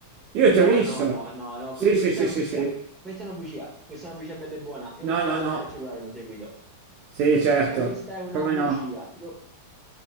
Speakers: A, on the right (about 50°); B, on the right (about 15°).
A: eh. io
B: no,
A: ti ho visto,
B: no, no, no, no,
A: sì,
B: que-
A: sì,
B: questa
A: sì,
B: è una
A: sì,
B: bugia.
A: sì,
B: Questa è una bugia. Questa è una bugia bella e buona. Io
A: no,
B: non lo
A: no,
B: guardo
A: no,
B: mai il cellulare mentre guido.
A: sì, certo,
B: Questa è una
A: come
B: bugia.
A: no,
B: Io